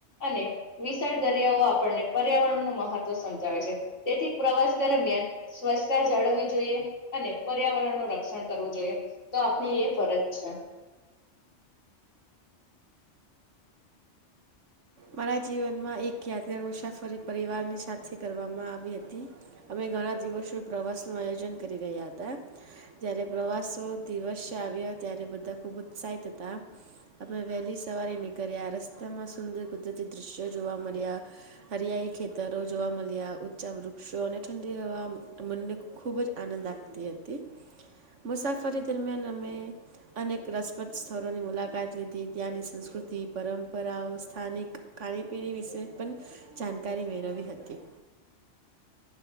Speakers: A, on the left; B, on the right.
A: અને વિશાળ દરિયાઓ આપણને પર્યાવરણનું મહત્ત્વ સમજાવે છે તેથી પ્રવાસ દરમિયાન સ્વચ્છતા જાળવવી જોઈએ અને પર્યાવરણનું રક્ષણ કરવું જોઈએ તો આપણી એ ફરજ છે
B: મારા જીવનમાં એક યાદગાર મુસાફરી પરિવારની સાથે કરવામાં આવી હતી અમે ઘણા દિવસો પ્રવાસ નું આયોજન કરી રહ્યા હતા જ્યારે પ્રવાસો દિવસે આવ્યા ત્યારે બધા ખુબ ઉત્સાહિત હતા અમે વહેલી સવારે નીકળ્યા રસ્તામાં સુંદર કુદરતી દૃશ્યો જોવા મળ્યા હરિયાળી ખેતરો જોવા મળ્યા ઊંચા વૃક્ષો અને ઠંડી રહેવા મનને ખૂબ જ આનંદ આપતી હતી મુસાફરી દરમિયાન અમે અનેક રસપ્રદ સ્થળોની મુલાકાત લીધી ત્યાંની સંસ્કૃતિ પરંપરાઓ સ્થાનિક ખાણીપીણી વિશે પણ જાણકારી મેળવી હતી